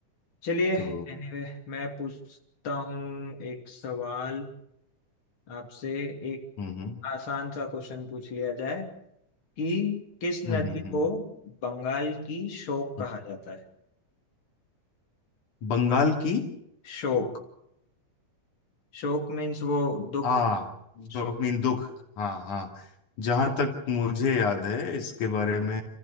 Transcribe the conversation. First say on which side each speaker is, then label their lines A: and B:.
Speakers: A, on the left; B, on the left.
A: चलिए
B: तो
A: एनीवे मैं पूछता हूँ एक सवाल आपसे एक
B: हम्म हम्म
A: आसान सा क्वेश्चन पूछ लिया जाए कि किस
B: हम्म
A: नदी
B: हम्म हम्म।
A: को बंगाल की शोक
B: हम्म।
A: कहा जाता है
B: बंगाल की
A: शोक शोक मीन्स वो दुख
B: हाँ शोक
A: शोक
B: मीन दुख हाँ हाँ जहां तक मुझे याद है इसके बारे में